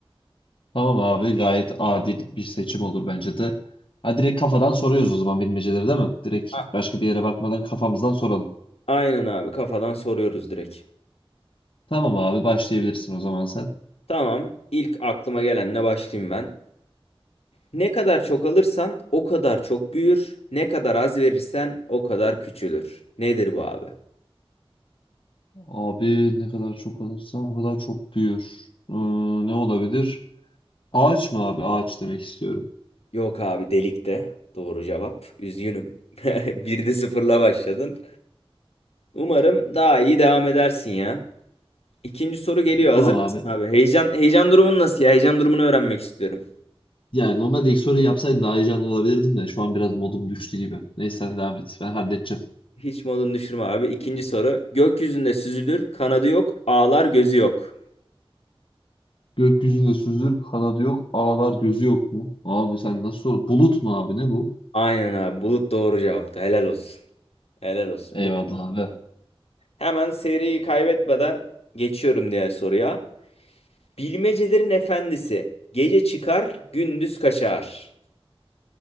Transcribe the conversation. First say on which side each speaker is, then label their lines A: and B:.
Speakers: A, on the left; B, on the left.
A: Tamam abi gayet adil bir seçim olur bence de. Ha direkt kafadan soruyoruz o zaman bilmeceleri değil mi? Direkt
B: A-
A: başka bir yere bakmadan kafamızdan soralım.
B: Aynen abi kafadan soruyoruz direkt.
A: Tamam abi başlayabilirsin o zaman sen.
B: Tamam. İlk aklıma gelenle başlayayım ben. Ne kadar çok alırsan o kadar çok büyür. Ne kadar az verirsen o kadar küçülür. Nedir bu abi?
A: Abi ne kadar çok alırsan o kadar çok büyür. Ee, ne olabilir? Ağaç mı abi? Ağaç demek istiyorum.
B: Yok abi delikte. Doğru cevap. Üzgünüm. <laughs> Bir de sıfırla başladın. Umarım daha iyi devam edersin ya. İkinci soru geliyor.
A: Tamam
B: Hazır
A: abi.
B: mısın abi? Heyecan, heyecan durumun nasıl ya? Heyecan durumunu öğrenmek istiyorum.
A: Yani normalde ilk soruyu yapsaydım daha heyecanlı olabilirdim de şu an biraz modum düştü gibi. Neyse sen devam et. Ben halledeceğim.
B: Hiç modunu düşürme abi. İkinci soru. Gökyüzünde süzülür, kanadı yok, ağlar, gözü yok.
A: Gökyüzünde süzülür, kanadı yok, ağlar gözü yok mu? Abi sen nasıl sor? Bulut mu abi ne bu?
B: Aynen abi. Bulut doğru cevaptı. Helal olsun. Helal olsun.
A: Eyvallah
B: Bu
A: abi.
B: Hemen seriyi kaybetmeden geçiyorum diğer soruya. Bilmecelerin efendisi. Gece çıkar, gündüz kaçar.